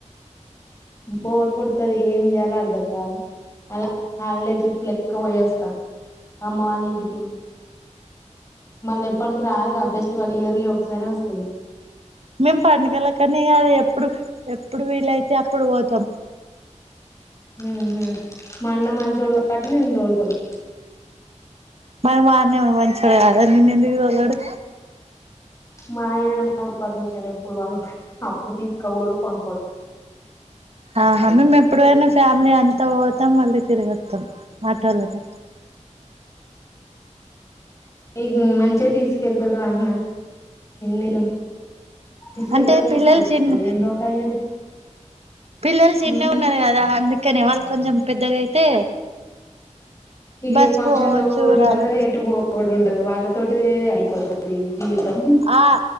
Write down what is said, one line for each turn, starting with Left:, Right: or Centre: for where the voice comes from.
Left: బోర్ కొడుతది ఏం చేయాల అర్ధం కాదు అలా హాలిడే ట్రిప్ లెక్క పోయేస్తా అమ్మ వాళ్ళ ఇంటికి మళ్ళీ ఎప్పటికి రాదుగా ఫెస్టివల్ ఇయర్లీ ఒకసారి వస్తాది
Right: మేం పడుగల కానీ అది ఎప్పుడు ఎప్పుడు వీలయితే అప్పుడు పోతాం
Left: ఊహూ మా అన్న మంచోడు కాబట్టి నిన్ను దోలుతడు
Right: మరి మా అన్న ఏమో మంచోడు కాదా నిన్ను ఎందుకు దోలడు
Left: మా ఆయన నా పర్మిషన్ ఎప్పుడు <unintelligible> అప్పుడు తీసుకపోడు పంపడు
Right: ఆహా మేము ఎప్పుడైనా ఫ్యామిలీ అంత పోతాం మళ్ళీ తిరగొత్తాం ఆటోలనే
Left: మీకు మంచిగా తీసుకెళ్తారు అన్న నేను తీసుకెళ్తాడు
Right: అంటే
Left: తీసుకొస్తాడు
Right: పిల్లలు చిన్న
Left: ఏం బకాయి ఇగ
Right: పిల్లలు
Left: నీకు
Right: చిన్నగ ఉన్నారు కదా అందుకనే వాళ్ళు కొంచెం పెద్దగా అయితే
Left: ఇక
Right: బస్కు
Left: ఏ ఫంక్షన్లు
Right: పోవచ్చు
Left: కూడా ఉండదుగా
Right: రావచ్చు
Left: ఎటు పోవు డు వాళ్ళతోటే అయిపోతది జీవితం
Right: ఆ